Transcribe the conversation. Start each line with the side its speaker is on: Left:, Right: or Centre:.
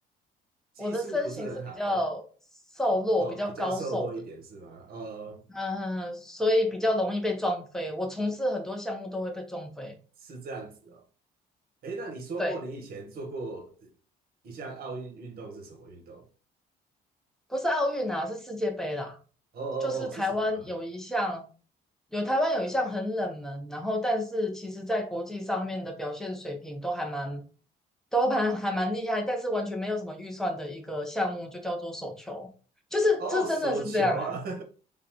Right: 技术不是很好，
Centre: 我的身形是比较瘦弱、
Right: 我哦比较瘦弱一点是吗？
Centre: 比较高瘦的，
Right: 呃，
Centre: 嗯，嗯嗯所以比较容易被撞飞。我从事很多项目都会被撞飞。
Right: 是这样子哦。诶，那你说过你以前做过
Centre: 对，
Right: 一项奥运运动是什么运动？
Centre: 不是奥运啊，是世界杯啦。
Right: 哦哦哦，
Centre: 就是台湾有一项，
Right: 是什么啊
Centre: 有台湾有一项很冷门，然后但是其实在国际上面的表现水平都还蛮都蛮还蛮厉害，但是完全没有什么预算的一个项目，就叫做手球。就是这真的是这样哎、
Right: 哦，手球啊，